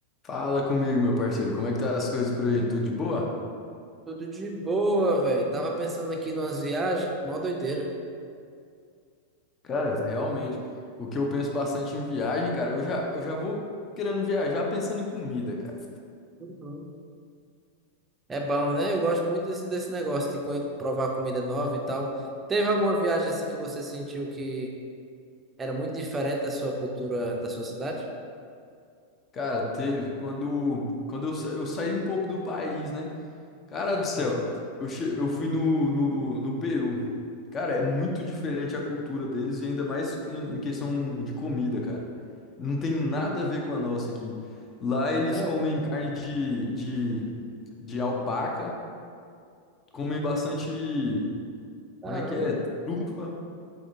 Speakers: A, on the left (about 25°); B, on the right (about 20°).
A: Fala comigo, meu parceiro. Como é que tá as coisas por aí? Tudo de boa?
B: Tudo de boa, velho. Tava pensando aqui numas viagens, mó doideira.
A: Cara, realmente, o que eu penso bastante em viagem, cara, eu já, eu já vou querendo viajar pensando em comida, cara.
B: Uhum. É bom, né? Eu gosto muito desse, desse negócio de co- provar comida nova e tal. Teve alguma viagem assim que você sentiu que era muito diferente da sua cultura, da sua cidade?
A: Cara, teve quando, quando eu, sa- eu saí um pouco do país, né? Cara do céu,
B: uhum.
A: eu, che- eu fui no, no, no Peru. Cara, é muito diferente a cultura deles e ainda mais que em em questão de comida, cara. Não tem nada a ver com a nossa aqui. Lá eles
B: Sério?
A: comem carne de, de, de alpaca. Comem bastante.
B: Caramba.
A: Como é que é? Trufa?